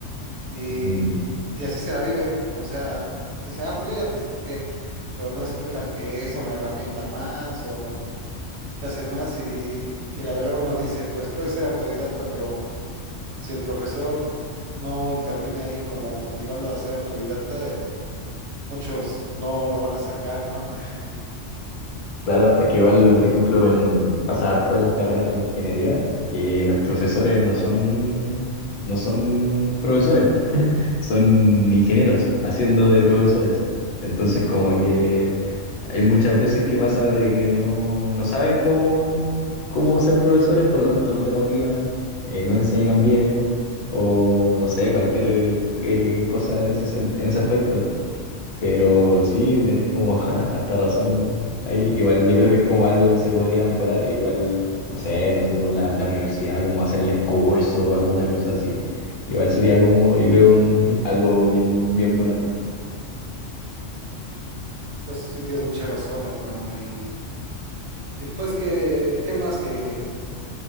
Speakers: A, on the right; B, on the left.
A: Y,
B: cuéntame.
A: y así se la viven, o sea, dice, ah, pues yo ya te expliqué, pero no explican que es una herramienta más o que hacen más y, y la verdad uno dice, pues puede ser autodidacta, pero si el profesor no interviene ahí como motivando a ser autodidacta, eh, muchos no lo van a sacar, ¿no? <laughs>
B: Claro, es que igual, por ejemplo, en pasa harto en las carreras de ingeniería, que los profesores no son, no son profesores, son ingenieros haciendo de profesores. Entonces, como que hay muchas veces que pasa de que no, no saben cómo, cómo ser profesores, por lo tanto no te motivan, eh, no enseñan bien, o no sé, cualquier eh, cosa en ese, sen- en ese aspecto. Pero sí, tenés como <laughs> harta razón ahí. Igual yo creo que es como algo que se podría mejorar. Igual, no sé, no sé, por la, la universidad, como hacerles curso o alguna cosa así. Igual sería como, yo creo, un- <laughs> algo bien, bien bueno.
A: Entonces sí tienes mucha razón, hermano, y, y pues que, ¿qué más que